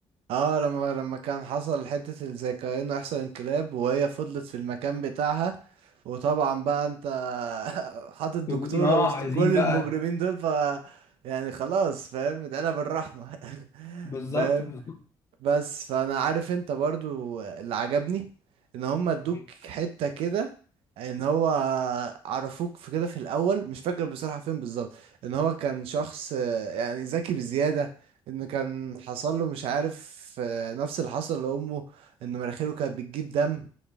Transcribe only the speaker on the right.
اه لما لما كان حصل حتة ال- زي كأنه يحصل انقلاب وهي فضلت في المكان بتاعها وطبعا بقى انت <laughs> حاطط دكتورة
وسط
كل
المجرمين دول ف يعني خلاص فاهم ادعيلها بالرحمة <laughs>
فاهم
بس فانا عارف انت برضو اللي عجبني ان هم ادوك
حتة كده ان هو عرفوك في كده في الاول مش فاكر بصراحة فين بالظبط ان هو كان شخص آه، يعني ذكي بزيادة ان كان حصل له مش عارف آه، نفس اللي حصل لامه ان مناخيره كانت بتجيب دم